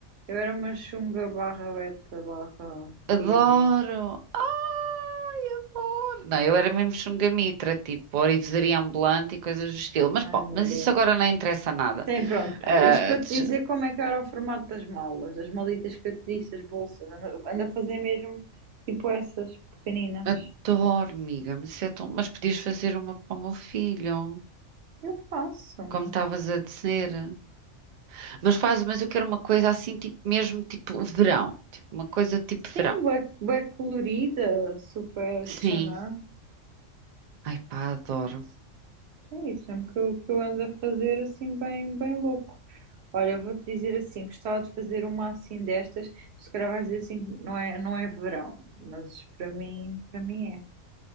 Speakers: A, on the right; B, on the right.
A: eu era uma chunga barra beta barra
B: Adoro!
A: pímola.
B: Ai, adoro! Não, eu era mesmo chungamitra, tipo orivesaria ambulante e coisas do estilo. Mas
A: Ai,
B: bom,
A: meu
B: mas
A: Deus.
B: isso agora não interessa nada.
A: Sim, pronto.
B: Ah,
A: Isto para
B: tch-
A: te dizer como é que era o formato das malas, as malitas que eu te disse, as bolsas. Anda, anda a fazer mesmo tipo essas pequeninas.
B: adoro, amiga, mas, isso é tão... mas podias fazer uma para o meu filho,
A: Eu faço.
B: como estavas a dizer. Mas faz, mas eu quero uma coisa assim, tipo mesmo, tipo verão. Tipo uma coisa tipo verão.
A: Sim, bué, bué colorida, super
B: Sim.
A: tchaná.
B: Ai pá, adoro.
A: É isso mesmo que eu, que eu ando a fazer assim bem, bem louco. Olha, eu vou-te dizer assim, gostava de fazer uma assim destas, se calhar vais dizer assim, não é, não é verão, mas para mim, para mim é.